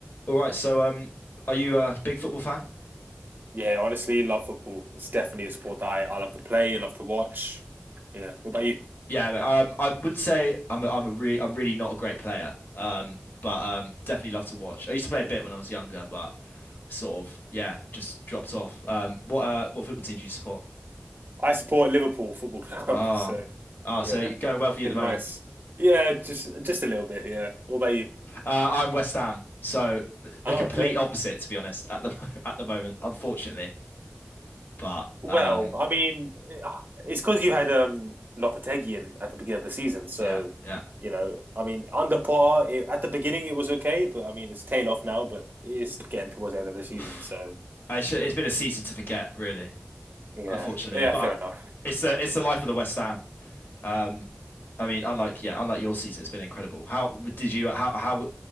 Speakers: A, on the left; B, on the right.
A: All right, so um, are you a big football fan?
B: Yeah, honestly, love football. It's definitely a sport that I, I love to play, I love to watch. Yeah. What about you?
A: Yeah, um, I wouldn't say I'm a, I'm a re I'm really not a great player. Um, but um, definitely love to watch. I used to play a bit when I was younger, but I sort of yeah, just dropped off. Um, what uh, what football team do you support?
B: I support Liverpool Football Club,
A: Ah,
B: <laughs> so
A: ah, so
B: yeah,
A: you're going well for you
B: been
A: at the moment.
B: nice. Yeah, just just a little bit, yeah. What about you?
A: Uh, I'm West Ham, so th- the
B: Oh,
A: complete
B: okay.
A: opposite, to be honest, at the mo- <laughs> at the moment, unfortunately. But
B: Well,
A: um,
B: I mean, eh, it's because you had um Lopetegui in at the beginning of the season, so
A: yeah, yeah,
B: you know, I mean, under par it, at the beginning it was okay, but I mean, it's tail off now, but it is getting towards the end of the season,
A: <sighs>
B: so
A: I should, it's been a season to forget, really.
B: yeah,
A: unfortunately.
B: yeah,
A: But
B: fair enough.
A: it's the it's the life of the West Ham. Um, I mean, unlike yeah, unlike your season, it's been incredible. How did you how how